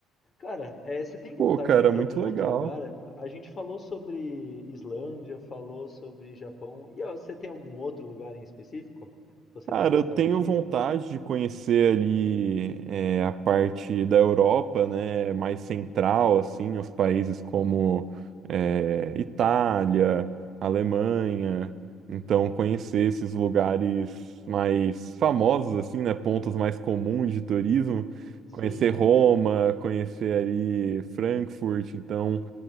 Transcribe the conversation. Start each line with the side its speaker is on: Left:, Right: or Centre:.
Left: Cara, é, você tem
Right: Pô,
Left: vontade
Right: cara,
Left: de ir para
Right: muito
Left: algum
Right: legal.
Left: outro lugar? A gente falou sobre Islândia, falou sobre Japão. E ó, você tem algum outro lugar em específico? Você
Right: Cara,
Left: tem vontade
Right: eu tenho
Left: de
Right: vontade
Left: ir?
Right: de conhecer ali é, a parte da Europa, né, mais central, assim, os países como é, Itália, Alemanha. Então, conhecer esses lugares mais famosos, assim, né, pontos mais comuns de turismo.
Left: Sim.
Right: Conhecer Roma, conhecer ali Frankfurt. Então,